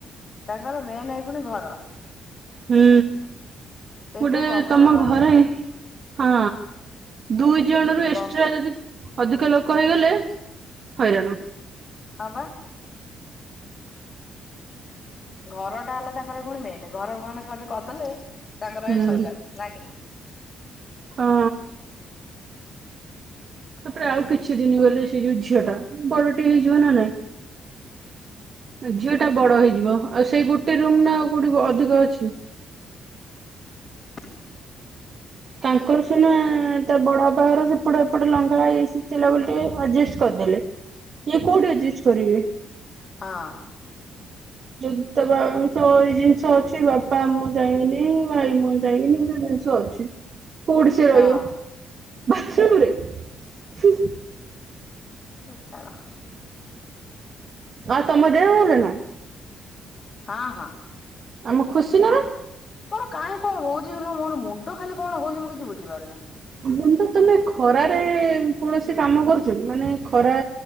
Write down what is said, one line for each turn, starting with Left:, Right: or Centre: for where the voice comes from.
Left: ତାଙ୍କର ମେନ୍ ଏଇଖୁଣି ଘର।
Right: ହୁଁ
Left: ସେ
Right: ଗୋଟେ
Left: ଯୋଉ ବଖରା
Right: ତମ ଘରେ ହଁ ଦୁଇ ଜଣରୁ
Left: ହଁ
Right: ଏକ୍ସଟ୍ରା ଯଦି ଅଧିକ ଲୋକ ହେଇଗଲେ ହଇରାଣ।
Left: ହଁ ପା। ଘର ଟା ହେଲା ତାଙ୍କର ଫୁଣି ମେନ୍ ଘର ଖଣ୍ଡେ ଖାଲି କର ଦେଲେ ତାଙ୍କର
Right: ହୁଁ।
Left: ଏ ସଇଲା ନାଇଁ କି ନା?
Right: ହଁ। ତାପରେ ଆଉ କିଛି ଦିନି ଗଲେ ସେଇ ଯଉ ଝିଅ ଟା ବଡ ଟେ
Left: ଲାଇଟ
Right: ହେଇଯିବ
Left: ହଁ
Right: ନା ନାଇଁ? ଝିଅଟା ବଡ ହେଇଯିବ ଆଉ ସେଇ ଗୋଟେ ରୁମ୍ ନା ଆଉ କୋଉଠି ଅଧିକ ଅଛି?
Left: <inaudible>
Right: ତାଙ୍କର ସିନା ତା ବଡ ବାପା ଘର ସେପଟ ଏପଟ ଲଙ୍ଗଳା ହେଇସି ଥିଲା ବୋଲି ଟିକେ ଆଡଜଷ୍ଟ କରି କଦେଲେ ଇଏ କୋଉଠି ଏଡଜଷ୍ଟ କରିବେ?
Left: ହଁ
Right: ଯଦି ତମ ଏଇ ଜିନିଷ ଅଛି ବାପା ମୁହଁ ଚାହିଁବିନି ଭାଇ ମୁହଁ ଚାହିଁବିନି ଜିନ୍ସ ଅଛି। କୋଉଠି ସେ
Left: ହଁ
Right: ରହିବ? ବାଥରୁମ୍ ରେ? ହୁଁ ହୁଁ।
Left: ହେ ଛାଡ।
Right: ଆଉ ତମ ଦେହ ଭଲ ନା?
Left: ହଁ ହଁ।
Right: ଆମ ଖୁସିନା
Left: ଆ
Right: ର।
Left: ମୋର କାହିଁ କଣ ହଉଛି କହିଲ ମୋର ମୁଣ୍ଡ ଖାଲି କଣ ହଉଛି ମୁଁ କିଛି ବୁଝିପାରୁନି।
Right: ମୁଣ୍ଡ ତମେ ଖରାରେ କୌଣସି କାମ କରୁଚ କି ମାନେ ଖରା